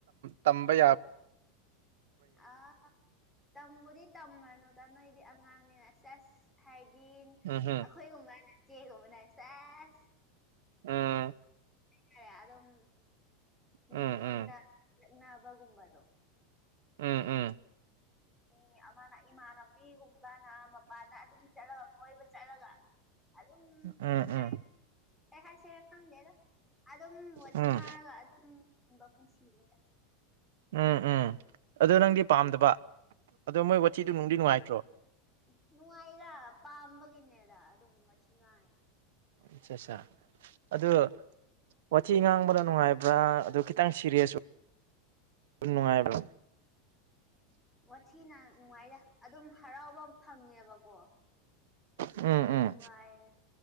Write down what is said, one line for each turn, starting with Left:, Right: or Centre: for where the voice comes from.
Right: ꯇꯝꯕ ꯌꯥꯕ
Centre: ꯑꯥ ꯇꯝꯕꯨꯗꯤ ꯇꯝꯃꯅꯨꯗ ꯅꯣꯏꯗꯤ ꯑꯉꯥꯡꯅꯤ ꯑꯁ ꯑꯁ ꯍꯥꯏꯗꯤ
Right: ꯎꯝꯝ
Centre: ꯑꯩꯈꯣꯏꯒꯨꯝꯕꯅꯆꯦꯒꯨꯝꯕꯅ ꯁꯥꯁ
Right: ꯎ
Centre: ꯇꯥꯔꯦ ꯑꯗꯨꯝ
Right: ꯎꯝ
Centre: ꯃꯤꯒꯣꯟꯟ
Right: ꯎꯝ
Centre: ꯂꯕꯒꯨꯝꯕꯗꯣ
Right: ꯎꯝ ꯎꯝ
Centre: ꯃꯤ ꯑꯃꯅ ꯏꯃꯥꯟꯅꯕꯤꯒꯨꯝꯕꯅ ꯃꯄꯥꯅ ꯑꯗꯨꯝ ꯆꯠꯂꯒ ꯀꯣꯏꯕ ꯆꯠꯂꯒ ꯑꯗꯨꯝ
Right: ꯎꯝ ꯎꯝ
Centre: ꯍꯥꯏ ꯀꯩ ꯍꯥꯏꯁꯤꯔ ꯈꯪꯗꯦꯗ ꯑꯗꯨꯝ ꯋꯥꯤ
Right: ꯎꯝ ꯎꯝ
Centre: ꯉꯥꯡꯔꯒ ꯑꯗꯨꯝ ꯄꯨꯕ ꯄꯨꯟꯁꯤꯔꯦꯗ
Right: ꯎꯝ ꯎꯝ ꯑ ꯅꯪꯗꯤ ꯄꯥꯝꯗꯕ ꯑꯗꯣ ꯃꯣꯏ ꯋꯥꯊꯤꯗꯨ ꯅꯨꯡꯗꯤ ꯅꯨꯡꯉꯥꯏꯇ꯭ꯔꯣ
Centre: ꯎ ꯅꯨꯡꯉꯥꯏꯔ ꯄꯥꯝꯕꯒꯤꯅꯦꯗ ꯑꯗꯨꯝꯅꯨꯡ ꯉꯤ ꯉꯥꯏꯗꯣ
Right: ꯑꯆꯥ ꯑꯆꯥ ꯑꯗꯨꯗ ꯋꯥꯊꯤ ꯉꯥꯡꯕꯅ ꯅꯨꯡꯉꯥꯏꯕ꯭ꯔꯥ ꯑꯗꯨ ꯈꯤꯇꯪ ꯁꯤꯔꯤꯌꯁ ꯅꯨꯡꯉꯥꯏꯕ꯭ꯔ
Centre: ꯋꯥꯊꯤꯅ ꯅꯨꯡꯉꯥꯏꯔꯦ ꯑꯗꯨꯝ ꯍꯔꯥꯎꯕ ꯑꯃ ꯐꯪꯉꯦꯕꯀꯣ
Right: ꯎꯝ
Centre: ꯅꯨꯡꯉꯥꯏ
Right: ꯎꯝ